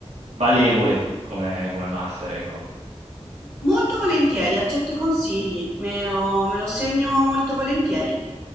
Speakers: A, on the right; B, on the right.
A: Valevole come come master, ecco.
B: molto volentieri,
A: Mh.
B: accetto i consigli,
A: Mh.
B: me lo me lo segno molto volentieri.
A: Mh.